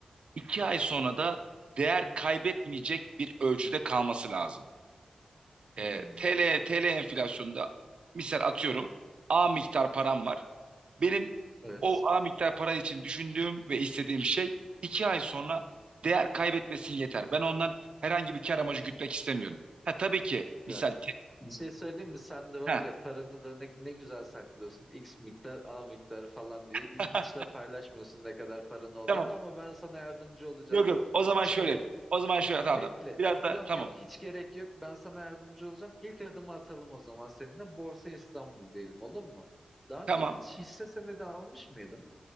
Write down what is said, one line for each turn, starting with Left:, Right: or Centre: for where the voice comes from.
Right: iki ay sonra da değer kaybetmeyecek bir ölçüde kalması lazım. E,
Centre: Hmm,
Right: TL, TL enflasyonunda misal atıyorum A miktar param var. Benim
Centre: evet.
Right: o A miktar para için düşündüğüm ve istediğim şey iki ay sonra değer kaybetmesin yeter. Ben ondan herhangi bir kar amacı gütmek istemiyorum. Ha, tabii ki misal
Centre: Ya bir şey söyleyeyim mi? Sen de var
Right: Ha.
Centre: ya paranı da ne, ne güzel saklıyorsun. X miktar, A miktar falan diye.
Right: <laughs>
Centre: Hiç de paylaşmıyorsun ne kadar paran olduğunu
Right: Tamam.
Centre: ama ben sana yardımcı olacağım.
Right: Yok yok. O zaman
Centre: Şimdi
Right: şöyle yapayım. O zaman şöyle tamam
Centre: bekle.
Right: tamam. Biraz da
Centre: Yok
Right: tamam.
Centre: yok hiç gerek yok. Ben sana yardımcı olacağım. İlk adımı atalım o zaman seninle. Borsa İstanbul diyelim olur mu? Daha önce
Right: Tamam.
Centre: hiç hisse senedi almış mıydın?